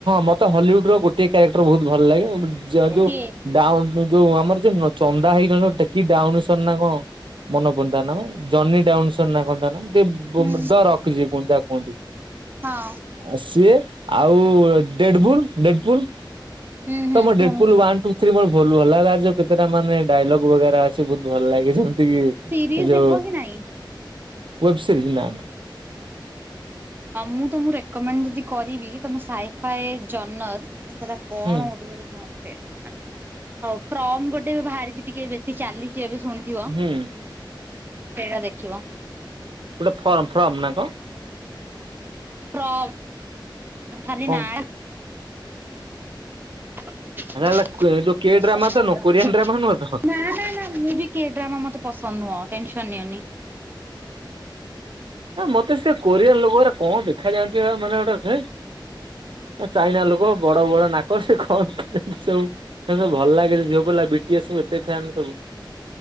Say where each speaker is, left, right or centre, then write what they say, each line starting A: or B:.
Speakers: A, on the right; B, on the right.
A: ମତେ ହଲିଉଡ ର ଗୋଟଏ କ୍ୟାରେକ୍ଟର ବହୁତ ଭଲ ଲାଗେ। ଯୋଉ
B: କିଏ?
A: ଯୋଉ ଆମର ଯେ ଚନ୍ଦା ହେଇଟ କି ଡାଉନସର ନା କଣ ମନ ପଡୁନି ତା ନା ଜନି ଡାଉନ୍ସନ୍ ନାଁ କଣ ନା। <unintelligible>
B: ହୁଁ
A: ରଖିଛି କୁହ ଯା କୁହନ୍ତି
B: ହଁ
A: ଆ ସିଏ ଆଉ ଡେଡବୁଲ ଡେଡପୁଲ।
B: ହୁଁ ହୁଁ
A: ତମ
B: ଶୁଣିଛି
A: ଡେଟବ୍ଲୁ ୱାନ ଟୁ ତ ମର ଭଲ ଭଲାଗାର ଯୋଉତଟା ମାନେ ଡାଇଲଗ୍ ବରା ଅଛି ବହୁତ ଭଲ ଲାଗେ ଯେମିତି କି
B: ସିରିଜ
A: ଯୋଉ
B: ଦେଖ କି ନାଇଁ?
A: ୱେବ ସିରି୍ଜି ନା।
B: ଆଉ ମୁଁ ତମକୁ ରେକମେଣ୍ଡ ଯଦି କରିବି ତମେ ସାଇଫଏ ଜନତ କଣ
A: ହୁଁ
B: ଓଡିଆରେ କୁହନ୍ତି। ହଉ ଫ୍ରମ ଗୋଟେ ବି ବାହାରିଛି ଟିକେ ବେଶୀ ଚାଲିଛି ଏବେ ଶୁଣିଛ? ଥିବ
A: ହୁଁ
B: ସେଇଟା ଦେଖିବ।
A: ଗୋଟେ ଫର୍ମ ଫର୍ମ ନା କଣ?
B: ଫର୍ମ ଖାଲି
A: କଣ
B: ନା ଟା। <unintelligible>
A: ହେରା ହେଲା ଯୋଉ କେ ଡ୍ରାମା ତ ନୁହଁ କୋରିଆନ ଡ୍ରାମା ନୁହଁ ତ
B: ନା, ନା, ନା, ମୁଁ ବି କି ଡ୍ରାମା ମତେ ପସନ୍ଦ ନୁହଁ ଟେନସନ ନିଅନି।
A: ମତେ ସେ କୋରିଆନ୍ ଲୋକରେ କଣ ଦେଖା ଯାଆନ୍ତି, ମାନେ ଗୋଟେ ହେଁ ଚାଇନା ଲୋକ ବଡ-ବଡ ନାକ ସେ କଣ ସବୁ? <inaudible> ସବୁ ଭଲ ଲାଗେ ଯୋଉ ଝିଅ ପିଲା ବି ଟି ଏସ୍ ଏତେ ଫ୍ୟାନ୍ ସବୁ।